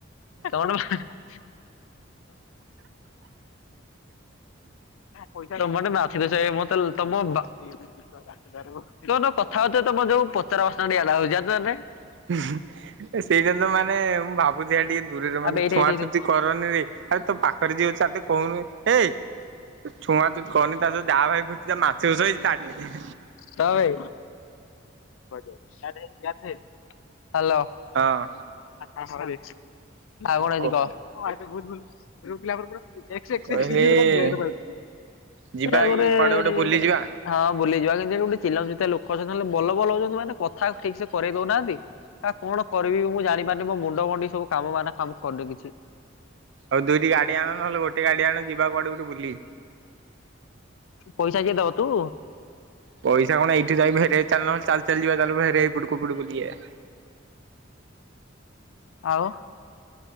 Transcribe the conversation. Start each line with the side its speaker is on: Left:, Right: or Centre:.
Left: ତଣ <unintelligible> ପଇସା ମତେ ଗୋଟେ ମାଛି ଦୋଷ ହେଇ ମୋତେ ଲ ତମ ବା ଦି ଟଙ୍କା କାଟି ପାରିବୁ। ତମେ ଯଉ କଥା ହଉଛ ତମର ଯୋଉ ପଚାର ପ୍ରଶ୍ନ ଦିଆଲାହଉଛି ଜାଣିଛ ନାଇଁ?
Right: ହୁଁ ହୁଁ ଏ ସେଇଟା ତ ମାନେ ମୁଁ ଭାବୁଛି ଟିକେ ଦୂରରେ ମାନେ
Left: ଆବେ ଏଇଠି
Right: ଛୁଆଁଛୁତି
Left: ଏଇଠି ଏଇଠି
Right: କରନି ରେ ଆରେ ତୋ ପାଖରେ ଯିଏ ଅଛି ଆ ତାକୁ କହୁନୁ ଏ। ଛୁଆଁଛୁତି କରନି ତା ସ ଯାହା ଭାଇ ଘୁଞ୍ଚିଯା ମାଛି ଦୋଷ ହେଇଛି ତା ଠି ହିଁ।
Left: ହଁ ବେ <unintelligible> ହାଲୋ।
Right: ହଁ।
Left: ଆ ହରି ଆଉ କଣ ହେଇଛି
Right: ହଁ
Left: କହ ଆତ ବହୁତ୍ ଭଲ। ଝିଅପିଲାଙ୍କର ପୁରା ଏକ୍ସେ ଏକ୍ସେ
Right: କହିଲି
Left: ଏକ୍ସେ <unintelligible>
Right: ଯିବା
Left: ସେରା ଗୁରେ
Right: କି କୁଆଡେ
Left: ଏ
Right: ଗୋଟେ
Left: ନିଆଁ।
Right: ବୁଲି ଯିବା
Left: ହଁ ବୁଲିଯିବା କିନ୍ତୁ ଗୋଟେ ଚିଲାଉଛି ଲୋକ ଅଛନ୍ତି ବଲ ବଲ ହଉଛନ୍ତି ମାନେ କଥା ଠିକ୍ ସେ କରେଇ ଦଉନାହାଁନ୍ତି। ଆ କଣ କରିବି ମୁଁ ଜାଣି ପାରନି ମୋ ମୁଣ୍ଡ ଗଣ୍ଡି ସବୁ କାମ ମାନେ କାମ କରୁନି କିଛି।
Right: ଆଉ ଦୁଇଟି ଗାଡି ଆଣ ନହେଲେ ଗୋଟେ ଗାଡି ଆଣ ଯିବା କୁଆଡେ ଗୋଟେ ବୁଲି।
Left: ପଇସା କିଏ ଦବ ତୁ?
Right: ପଇସା କଣ ଏଇଠି ଯାଇ ଭେରେ ଚାଲୁନୁ ଚାଲି ଚାଲିଯିବା ଚାଲ୍ ଭେରେ ଏଇପଟୁ କୋଉପଟୁ ବୁଲିକି ଖାଇବା।
Left: ଆଉ?